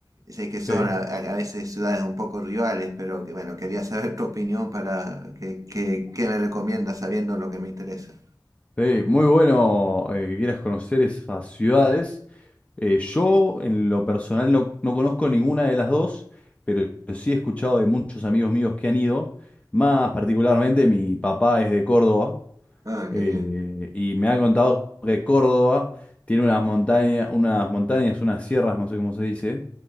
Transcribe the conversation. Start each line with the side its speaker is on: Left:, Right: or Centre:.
Right: Sé que son
Left: Sí,
Right: a, a- a veces ciudades un poco rivales, pero que bueno, quería saber <laughs> tu opinión para que, que, qué me recomiendas sabiendo lo que me interesa.
Left: sí, muy bueno eh, que quieras conocer esas ciudades. Eh, yo, en lo personal, no, no conozco ninguna de las dos, pero sí he escuchado de muchos amigos míos que han ido. Más particularmente, mi papá es de Córdoba
Right: Ah,
Left: Eh,
Right: qué bien.
Left: y me ha contado que Córdoba tiene unas montañas, unas montañas, unas sierras, no sé cómo se dice,